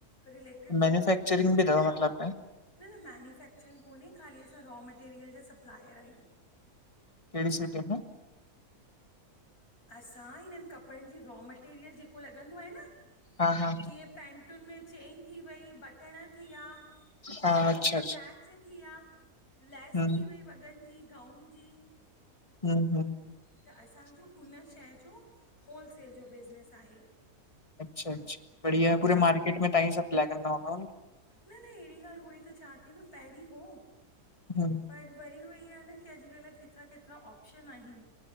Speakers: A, on the left; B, on the left.
A: रिलेटिड
B: मैन्युफैक्चरिंग
A: जेॾो हुजे
B: बि अथव मतिलबु
A: न न मैन्युफैक्चरिंग कोन्हे, ख़ाली असां रॉ मैटेरियल जा सप्लायर आयूं।
B: कहिड़ी सिटी में?
A: असां हिननि कपिड़नि जी रॉ मटेरियल जेको लॻंदो आहे न,
B: हा हा
A: जीअं पैंटुनि में चेंन थी वई, बटण थी विया।
B: हा
A: गाउन
B: अच्छा
A: में
B: अच्छा
A: पैच थी विया, लैस
B: हम्म
A: थी वई वॻनि जी, गाउन जी।
B: हम्म हम्म।
A: त असांजो हुन शै जो होलसेल जो बिज़नेस आहे।
B: अच्छा-अच्छा बढ़िया, पूरे
A: हा
B: मार्केट में तहां ही सप्लाई कंदा हूंदा न?
A: न न अहिड़ी ॻाल्हि हो, ई त चंआंव थी न पहिरीं हो।
B: हा
A: वरी होई आहे न, अॼुकल्ह केतिरा-केतिरा ऑप्शन आहिनि,